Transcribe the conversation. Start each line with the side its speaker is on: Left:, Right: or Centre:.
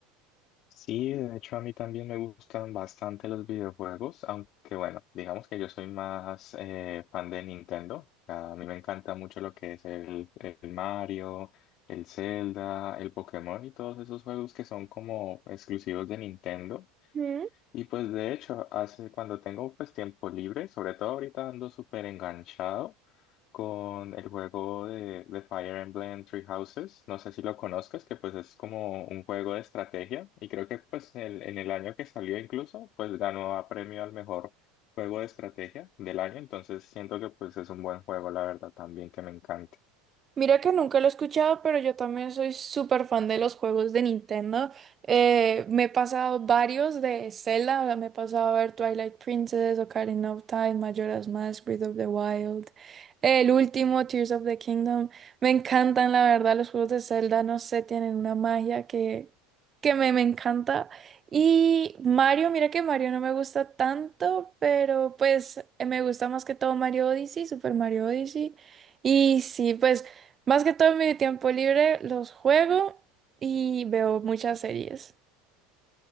Left: Sí, de hecho a mí también me gustan bastante los videojuegos, aunque bueno, digamos que yo soy más eh, fan de Nintendo. O sea, a mí me encanta mucho lo que es el, el Mario, el Zelda, el Pokémon y todos esos juegos que son como exclusivos de Nintendo.
Right: Ujú.
Left: Y pues de hecho, hace cuando tengo pues tiempo libre, sobre todo ahorita ando súper enganchado con el juego de, de Fire Emblem Three Houses. No sé si lo conozcas, que pues es como un juego de estrategia y creo que pues el- en el año que salió incluso, pues ganó a premio al mejor juego de estrategia del año. Entonces siento que pues es un buen juego, la verdad, también que me encanta.
Right: Mira que nunca lo he escuchado, pero yo también soy súper fan de los juegos de Nintendo. Eh, me he pasado varios de Zelda, o sea, me he pasado a ver Twilight Princess, Ocarina of Time, Majora's Mask, Breath of the Wild, el último, Tears of the Kingdom. Me encantan, la verdad, los juegos de Zelda, no sé, tienen una magia que, que me, me encanta. Y Mario, mira que Mario no me gusta tanto, pero pues eh, me gusta más que todo Mario Odyssey, Super Mario Odyssey. Y sí, pues... Más que todo en mi tiempo libre los juego y veo muchas series.